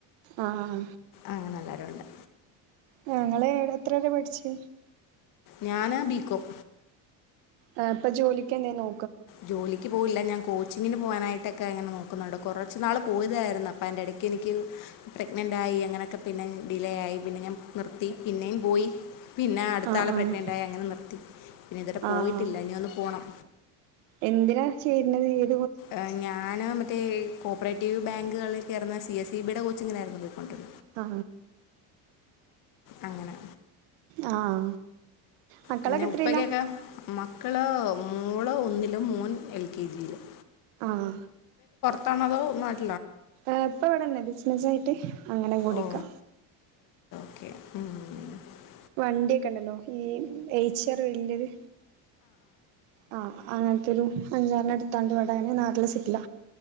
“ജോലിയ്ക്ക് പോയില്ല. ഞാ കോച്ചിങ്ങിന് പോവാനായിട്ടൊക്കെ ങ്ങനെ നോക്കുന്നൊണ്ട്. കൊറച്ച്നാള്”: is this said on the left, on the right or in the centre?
Left